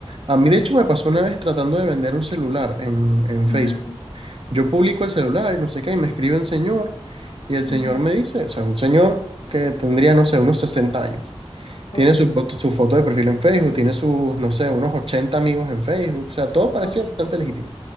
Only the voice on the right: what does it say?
A mí, de hecho, me pasó una vez tratando de vender un celular en, en
Facebook. Yo publico el celular y no sé qué, y me escribe un señor, y el señor
me dice, o sea, un señor que tendría, no sé, unos 60 años.
Tiene su, foto- su foto de perfil en Facebook, tiene sus, no sé, unos 80 amigos en Facebook. O sea, todo parecía
bastante legítimo.